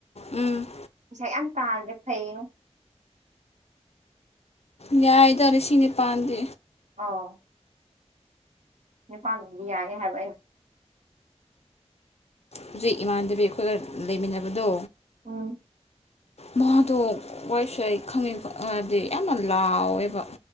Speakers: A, on the left; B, on the right.
A: ꯎꯝ
B: ꯄꯩꯁꯥ ꯌꯥꯝ ꯇꯥꯗ꯭ꯔꯦ ꯐꯌꯦꯡ
A: ꯅ꯭ꯌꯥꯏꯗꯔꯁꯤꯅꯦ ꯄꯥꯟꯗ
B: ꯑꯥꯎ ꯅꯨꯅꯤꯄꯥꯥꯟꯗꯤ ꯌꯥꯔꯦ ꯍꯥꯏꯕ ꯑꯩꯅ
A: ꯍꯧꯖꯤꯛ ꯏꯃꯥꯟꯅꯕꯤ ꯑꯩꯈꯣꯏꯒ ꯂꯩꯃꯤꯟꯅꯕꯗꯣ
B: ꯎꯝ
A: ꯃꯥꯗꯣ ꯋꯥꯔꯤꯁꯦ ꯑꯩ ꯈꯪꯉꯤ ꯈ ꯍꯥꯏꯕꯗꯤ ꯌꯥꯝꯅ ꯂꯥꯎꯋꯦꯕ